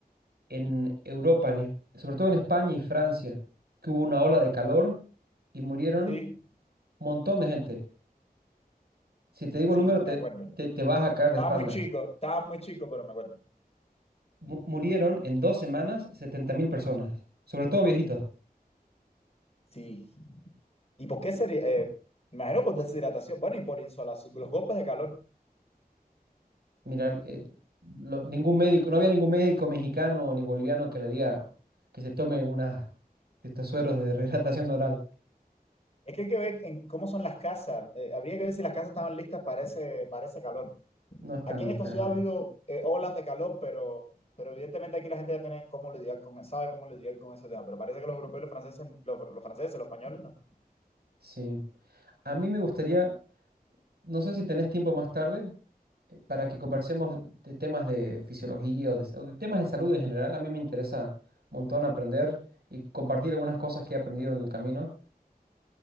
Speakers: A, on the right; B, on the left.
A: en Europa, en es- sobre todo en España y Francia, que hubo una ola de calor y murieron
B: Sí,
A: un montón de gente. Si te digo
B: sí,
A: el número,
B: me
A: te,
B: acuerdo.
A: te, te vas a caer
B: Estaba
A: de espalda.
B: muy chico, estaba muy chico, pero me acuerdo.
A: Mu- murieron en dos semanas 70.000 personas, sobre todo viejitos.
B: Sí. ¿Y por qué
A: Y-
B: sería? eh, me imagino por deshidratación. Bueno, y por insolación, los golpes de calor.
A: Mira, eh, lo- ningún médico, no había ningún médico mexicano ni boliviano que le diga que se tome unas, estos sueros de <laughs> rehidratación oral.
B: Es que hay que ver en cómo son las casas. eh, habría que ver si las casas estaban listas para ese, para ese calor.
A: No están
B: Aquí
A: listas
B: en esta ciudad
A: allá.
B: ha habido eh, olas de calor, pero, pero evidentemente aquí la gente ya tiene cómo lidiar con, sabe cómo lidiar con ese tema. Pero parece que los europeos, los franceses, los, los franceses, los españoles, no.
A: Sí. A mí me gustaría, no sé si tenés tiempo más tarde, eh, para que conversemos de temas de fisiología o de, o de temas de salud en general. A mí me interesa un montón aprender y compartir algunas cosas que he aprendido en el camino.